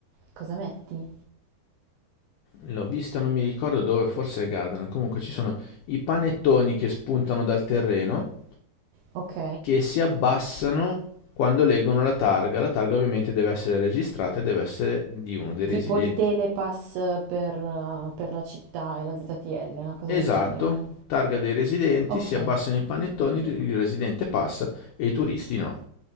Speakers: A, on the right; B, on the left.
A: cosa metti?
B: L'ho vista, non mi ricordo dove, forse a Gadran. Comunque ci sono i panettoni che spuntano dal terreno,
A: Ok?
B: che si abbassano quando leggono la targa. La targa ovviamente deve essere registrata e deve essere di uno dei residenti.
A: Tipo il telepass per, eh, per la città e la ZTL, una cosa
B: Esatto,
A: del genere.
B: targa dei residenti,
A: Ok,
B: si abbassano i panettoni, il residente passa e i turisti no.